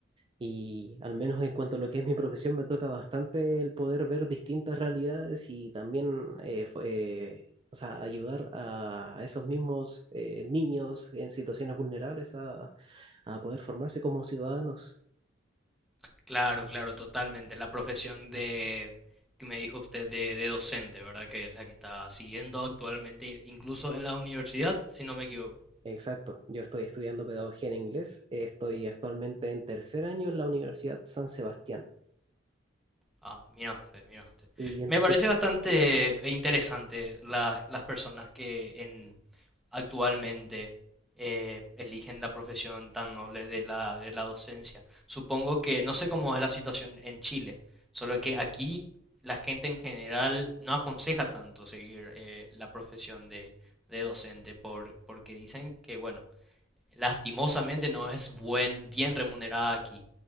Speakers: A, on the right; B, in the centre.
A: Y al menos en cuanto a lo que es mi profesión, me toca bastante el poder ver distintas realidades y también eh, fu- eh, o sea, ayudar a esos mismos eh, niños en situaciones vulnerables a, a poder formarse como ciudadanos.
B: Claro, claro, totalmente. La profesión de, que me dijo usted, de, de docente, ¿verdad? Que es la que está siguiendo actualmente, incluso en la universidad, si no me equivoco.
A: Exacto, yo estoy estudiando pedagogía en inglés, eh, estoy actualmente en tercer año en la Universidad San Sebastián.
B: Ah, mira usted, mira usted.
A: Y en
B: Me parece
A: tu
B: bastante interesante las, las personas que en, actualmente eh, eligen la profesión tan noble de la, de la docencia. Supongo que no sé cómo es la situación en Chile, solo que aquí la gente en general no aconseja tanto seguir eh, la profesión de, de docente por, porque dicen que, bueno, lastimosamente no es buen, bien remunerada aquí.